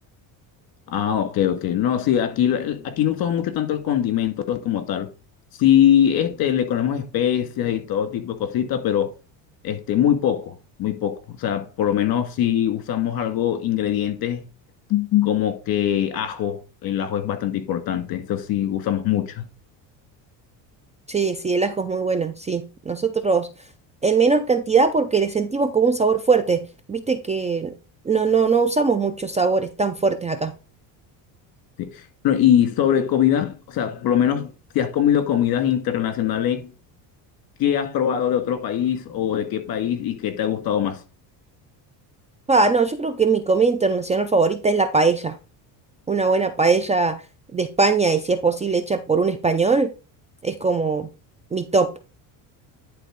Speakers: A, on the left; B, on the right.
A: Ah, ok, ok. No, sí, aquí, la- aquí no usamos mucho tanto el condimento como tal. Sí, este, le ponemos especias y todo tipo de cositas, pero este, muy poco, muy poco. O sea, por lo menos si usamos algo, ingredientes Ujú. como que ajo, el ajo es bastante importante, eso sí usamos mucho.
B: Sí, sí, el ajo es muy bueno, sí. Nosotros en menor cantidad porque le sentimos como un sabor fuerte. Viste que no, no, no usamos muchos sabores tan fuertes acá.
A: sí. Bueno, y sobre comida, o sea, por lo menos si has comido comidas internacionales, ¿qué has probado de otro país o de qué país y qué te ha gustado más?
B: Ah, no, yo creo que mi comida internacional favorita es la paella. Una buena paella de España y si es posible hecha por un español, es como mi top.